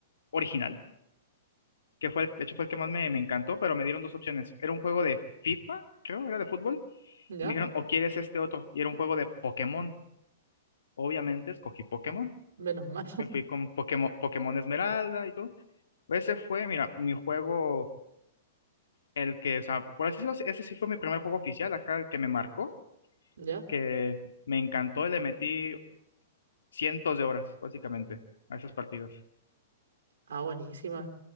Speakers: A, on the left; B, on the right.
A: original, que fue, el- de hecho fue el que más me, me encantó, pero me dieron dos opciones. Era un juego de FIFA, creo, era de fútbol,
B: ya,
A: y me dijeron, o quieres este otro, y era un juego de Pokémon. Obviamente escogí Pokémon,
B: menos mal.
A: me fui con Pokémon, Pokémon Esmeralda y todo. Ese fue, mira, mi juego el que, o sea, por así decirlo, ese sí fue mi primer juego oficial acá, el que me marcó,
B: <laughs> ¿Ya?
A: que me encantó y le metí cientos de horas, básicamente, a esas partidas.
B: Ah, buenísima.